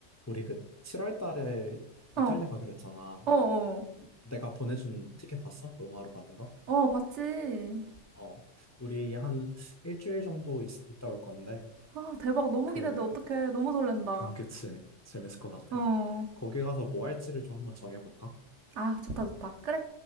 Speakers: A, on the left; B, on the right.
A: 우리 그 7월 달에 이탈리아
B: 어,
A: 가기로 했잖아.
B: 어, 어,
A: 내가 보내준 티켓 봤어? 로마로 가는 거?
B: 어, 봤지.
A: 어. 우리 한 일주일 정도 있, 다올 건데,
B: 아, 대박. 너무
A: 그,
B: 기대돼. 어떡해. 너무 설렌다.
A: 그- 그치. 재밌을 것 같아.
B: 어.
A: 거기 가서 뭐 할지를 좀 한번 정해볼까?
B: 아, 좋다, 좋다. 그래.